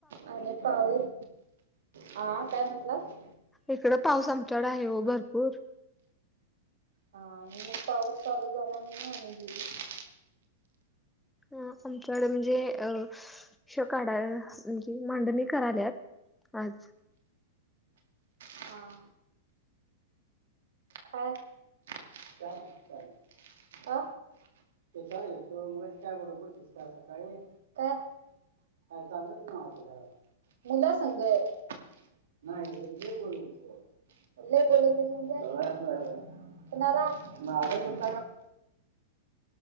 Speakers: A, on the right; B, in the centre.
A: आणि पाऊस, हा काय म्हंटलात?
B: इकड पाऊस आमच्याकड आहे हो भरपूर.
A: हा आणि मग पाऊस चालू झाला म्हणून आणि गेलीत.
B: अ आमच्याकडे म्हणजे अ श काढाय म्हणजे मांडणी कराल्यात, आज
A: हां काय? काय नाही, चाललं, आ ते चहा पीत होतो, मगाशी चहा बनवत होतीस काय आज सकाळी, काय? काय चालतच न्हवती घरात? मुला संग? नाही एक क्लिप बघत होतो. लय बोलतोस म्हणजे, <inaudible> कुणाला, माझं <inaudible>